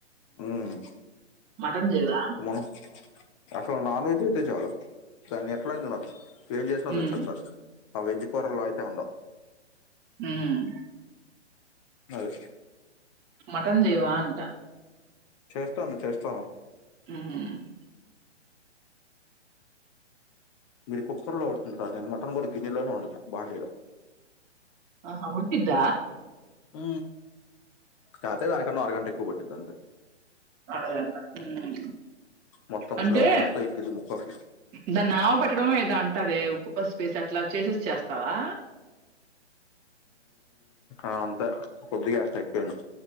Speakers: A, on the left (about 25°); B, on the right (about 25°).
A: ఉమ్
B: మటన్ చేయవా
A: మనం అసలు నాన్ వెజ్ అయితే చాలు దాన్ని ఎట్లాయినా తినచ్చు ఏం చేసినా రుచి
B: ఉమ్
A: ఒస్తాది ఆ వెజ్ కూరల్ల అయితే ఉండవు
B: హ్మ్
A: అది
B: మటన్ చేయవాంటా
A: చేస్తాను చేస్తాను
B: హ్మ్
A: మీరు కుక్కర్ లో వండుతుంటారు ఏమో నేను మటన్ కూడా గిన్నెలోనే వండుత బాండీలో
B: ఆహా ఉడికిద్ద
A: ఉ కాకపోతే దనీకన్నా ఆరుగంట ఎక్కు బట్టిది
B: అరగంట హ్మ్
A: మొత్తం
B: అంటే
A: ఫ్లేవర్ అంతా ఎక్కిద్ది ముక్కకి
B: దాన్ని నానాబేట్టడం దాన్ని అంటారే ఉప్పు పసుపేసి అట్లా చేసేసి చేస్తావా
A: అంతే కొద్దిగా కాస్త ఎక్కువనే